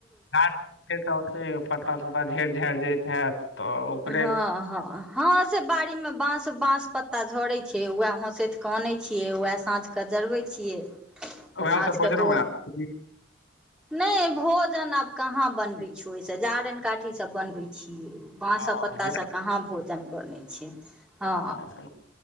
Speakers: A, on the left (about 80°); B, in the centre.
A: गाछ छै तऽ ओतेक पत्ता तोत्ता झड़ि झारि जाइत हैत तऽ ओकरे
B: हँ हँ हँ से बाड़ी मे बाँस बास पत्ता झरै छैियै वएह हँसैैत कऽ आनै छियै वएह साँझ कऽ जरबै छियै तऽ
A: उएह
B: साँझ
A: सब भोजनो
B: क तो
A: बना लै
B: नहि भोजन आब कहाँ बनबै
A: छी।
B: छियौ ओहिसँ जारनि काठी सब बनबै छियै बाँसकेँ
A: आ,
B: पत्तासँ
A: गैस
B: कहाँ भोजन बनय छै हँ
A: आ, अपन